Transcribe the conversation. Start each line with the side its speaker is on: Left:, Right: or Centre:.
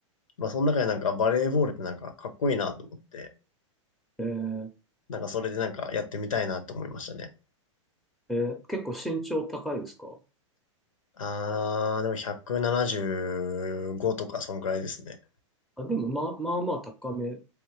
Left: まあ、その中でなんかバレーボールってなんかかっこいいなと思って、
Centre: い。えー
Left: なんかそれでなんかやってみたいなと思いましたね。
Centre: えー結構身長高いですか
Left: あー、でも175とかそんくらいですね。
Centre: あ、でも、まあ、まあまあ高め